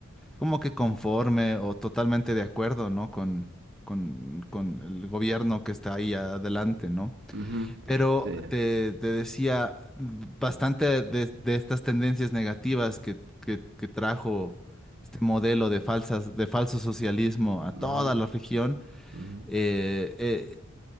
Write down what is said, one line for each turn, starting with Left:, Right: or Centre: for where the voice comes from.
Centre: como que conforme o totalmente de acuerdo, ¿no? Con, con, con el gobierno que está ahí adelante, ¿no?
Right: Ujú,
Centre: Pero
Right: sí,
Centre: te, te decía bastante de, de estas tendencias negativas que, que- que trajo este modelo de falsas, de falso socialismo a
Right: ujú,
Centre: toda la región.
Right: ujú.
Centre: eh, eh,